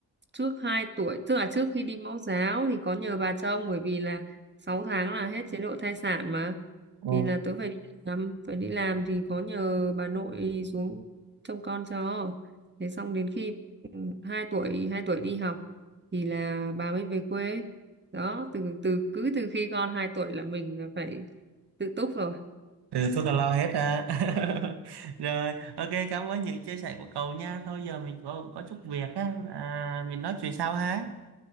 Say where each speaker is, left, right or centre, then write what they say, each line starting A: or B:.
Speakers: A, on the right; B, on the right.
A: trước hai tuổi tức là trước khi đi mẫu giáo thì có nhờ bà trông bởi vì là 6 tháng là hết chế độ thai sản mà
B: Ừ.
A: thì là tớ phải đi làm phải đi làm thì có nhờ bà nội xuống trông con cho thế xong đến khi ừ, hai tuổi hai tuổi đi học thì là bà mới về quê đó từ từ cứ từ khi con 2 tuổi là mình là phải tự túc rồi
B: Ừ, tôi là lo hết ra <laughs> Rồi, ok, cảm ơn những chia sẻ của cậu nha Thôi giờ mình có, có chút việc á à, Mình nói chuyện sau ha